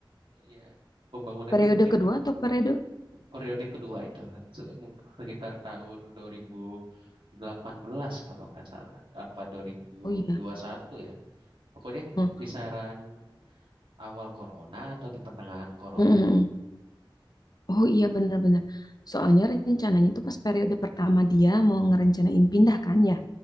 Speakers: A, on the right (about 75°); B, on the left (about 50°).
A: ya pembangunannya
B: Periode
A: mungkin
B: kedua atau periode?
A: periode kedua itu se- mung- sekitar tahun 2000 delapan belas kalau nggak salah. Apa dua ribu
B: Oh iya.
A: dua ribu satu ya? Pokoknya
B: Hah,
A: kisaran awal corona atau di pertengahan corona.
B: mm, mm, mm. Oh iya benar-benar Soalnya rencananya tuh pas periode pertama dia mau ngerencanain pindah kan ya.